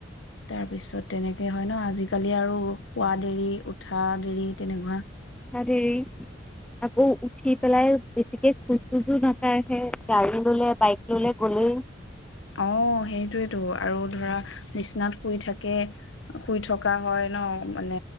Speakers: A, on the left (about 70°); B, in the centre.
A: তাৰ পিছত তেনেকে হয় ন আজিকালি আৰু শুৱা দেৰি উঠা দেৰি তেনেকুৱা
B: উঠা দেৰি, আকৌ উঠি পেলাই বেছিকে খোজ চোজ ও নাকাহে। গাড়ী ললে বাইক ললে গ'লেই
A: অ হেইটোয়েইতো আৰু ধৰা বিচনাত শুই থাকে, শুই থকা হয় ন মানে